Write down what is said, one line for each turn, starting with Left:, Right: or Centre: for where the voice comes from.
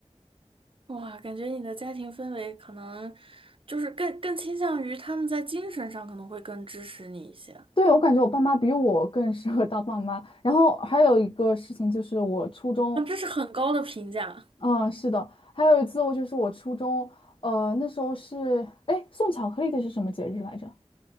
Right: 哇，感觉你的家庭氛围可能就是更更倾向于他们在精神上可能会更支持你一些啊，
Left: 对，我感觉我爸妈比我更适合当爸妈。然后还有一个事情就是我初中，
Right: 这是很高的评价。
Left: 嗯，是的，还有一次我就是我初中，呃，那时候是，哎，送巧克力的是什么节日来着？